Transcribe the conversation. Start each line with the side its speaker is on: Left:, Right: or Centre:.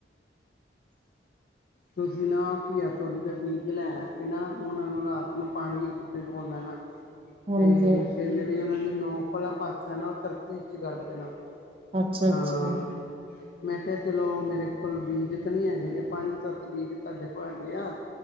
Left: ਤੁਸੀ ਨਾ ਘੀਆ ਤੋਰੀ ਹੈ ਬੀ ਲੈਣ ਕੇ ਨਾ ਉਹਨਾਂ ਨੂੰ ਰਾਤ ਨੂੰ ਪਾਣੀ ਵਿੱਚ ਡਬੋ ਕੋ ਲੈਣਾ ਅਤੇ
Right: ਹਾਂਜੀ
Left: ਫਿਰ ਜਿਹੜੀ ਉਹਨਾਂ ਦੀ ਨੌਕ ਵਾਲਾ ਪਾਸਾ ਨਾ ਉਹ ਧਰਤੀ ਚ ਗੱਡ ਦੇਣਾ <inaudible>
Right: ਅੱਛਾ
Left: ਹਾਂ
Right: ਅੱਛਾ
Left: ਮੈਂ ਕਿਹਾ ਚਲੋ ਮੇਰੇ ਕੋਲ ਬੀਜ ਤਾਂ ਨਹੀਂ ਹੈਗੇਗੇ ਪੰਜ ਸੱਤ ਬੀਜ ਤੁਹਾਡੇ ਕੋਲ ਹੈਗੇ ਆ